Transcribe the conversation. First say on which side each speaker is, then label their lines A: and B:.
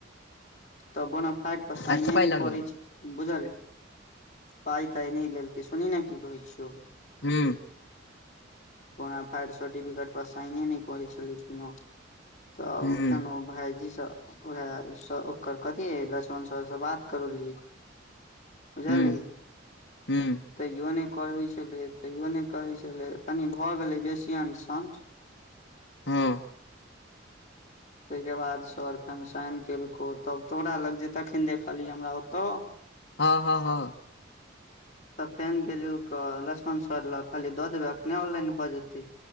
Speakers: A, on the left (about 40°); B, on the left (about 60°).
A: त बोनाफाइट पर सइने
B: अच्छा पाइ
A: नै
B: लगलौ
A: करै छै बुझल अइ पाइ ताइ नहि लेलते सुनही ने की कहै छियौ
B: हू
A: बोनाफायट सर्फिकेट पर साइने नहि करै छलै कोनो तऽ
B: हूँ
A: फेन भायजी स वैह सँ ओकर कथी लक्ष्मण सर से बात करलियै बुझलही
B: हूँ हूँ
A: तैयो नहि करै छलै तैयो नहि करै छले कनि भऽ गेलै बेसी अंठ संठ
B: हँ
A: ताहिके बाद सर फेनु साइन केलकौ तब तोरा लग जे तखन देखली हमरा ओतो
B: हँ हँ हँ
A: <inaudible> तऽ फेन‌ गेलियौ तऽ लक्ष्मण सर लग कहलिये दऽ देबै अखने ऑनलाइन भऽ जेतै